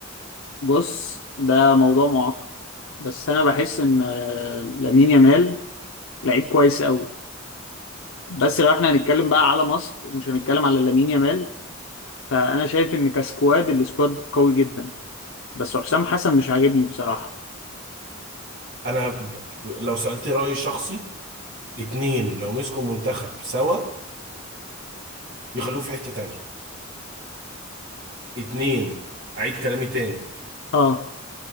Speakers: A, on the left (about 80°); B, on the right (about 55°).
A: بص ده موضوع معقد بس انا بحس ان آه، لامين يامال لعيب كويس قوي بس لو احنا هنتكلم بقى على مصر ومش هنتكلم على لامين يامال فانا شايف ان كسكواد السكواد قوي جدا بس حسام حسن مش عاجبني بصراحة
B: انا ب- لو سألت رايي الشخصي اتنين لو مسكوا منتخب سوا يخلوه في حته تانيه اتنين اعيد كلامي تاني
A: اه